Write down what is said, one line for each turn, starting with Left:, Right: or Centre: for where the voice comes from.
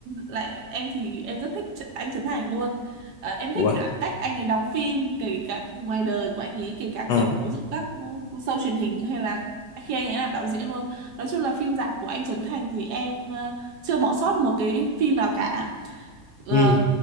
Right: lại em thì em rất thích Tr- anh Trấn Thành luôn Ờ, em thích
Left: Ủa, rồi
Right: cả cách anh ấy đóng phim kể cả ngoài đời của anh ấy kể cả
Left: Ờ.
Right: kiểu ví dụ các show truyền hình hay là khi anh ấy làm đạo diễn luôn nói chung là phim rạp của anh Trấn Thành thì em ờ, chưa bỏ sót một cái phim nào cả Ờ,
Left: Ừ.